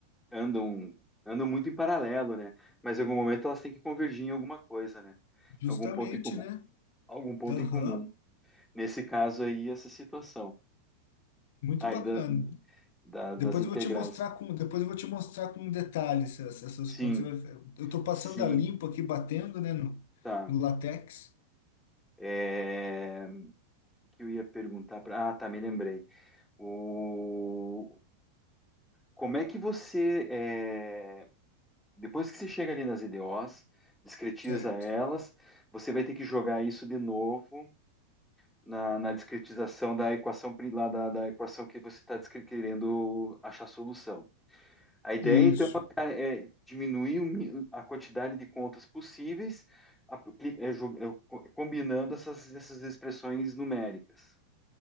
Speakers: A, in the centre; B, on the left.
A: andam, andam muito em paralelo, né? Mas em algum momento elas têm que convergir em alguma coisa, né?
B: Justamente,
A: Em Algum ponto em comum,
B: né?
A: algum ponto
B: Aham,
A: em comum. Nesse caso aí, essa situação.
B: muito
A: Ainda
B: bacana.
A: da- das
B: Depois
A: integrais.
B: eu vou te mostrar com, depois eu vou te mostrar com detalhes essas, essas
A: Sim,
B: contas. Você vai- Eu tô passando
A: sim,
B: a limpo aqui, batendo, né, no,
A: tá.
B: no latex.
A: É, o que eu ia perguntar para. Ah, tá, me lembrei. O, como é que você, é, depois que você chega ali nas IDOs, discretiza
B: Certo.
A: elas, você vai ter que jogar isso de novo na, na discretização da equação pri- lá da, da equação que você está querendo achar solução. A ideia
B: Isso,
A: então, é diminuir a quantidade de contas possíveis, é, é, combinando essas, essas expressões numéricas,